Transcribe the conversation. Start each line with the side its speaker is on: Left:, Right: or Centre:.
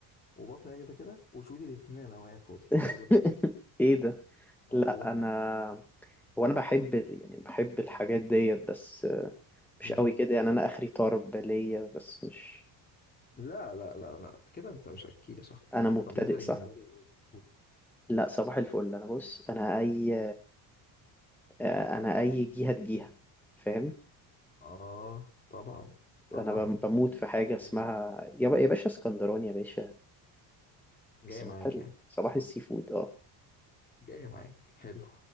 Left: وبطن ده كده كده وشوي لي الاتنين انا قاعد فاضي
Centre: <laughs>
Left: يلا بينا
Centre: ايه ده
Left: اه
Centre: لا
Left: والله
Centre: انا هو انا بحب يعني بحب الحاجات ديت بس مش
Left: مم.
Centre: قوي كده يعني انا اخري طرب ليا بس مش
Left: لا لا لا لا كده انت مش اكيل يا صاحبي
Centre: انا مبتدئ
Left: طب بالنسبه للجمبري
Centre: صح
Left: والسي فود
Centre: لا صباح الفل انا بص انا اي انا اي جهة تجيها فاهم
Left: اه طبعا طبعا
Centre: انا بم- بموت في حاجة اسمها
Left: يعني
Centre: يا با- يا باشا اسكندراني يا باشا
Left: جايه
Centre: صباح
Left: معاك
Centre: ال-
Left: يعني
Centre: صباح السي فود اه
Left: جايه معاك حلو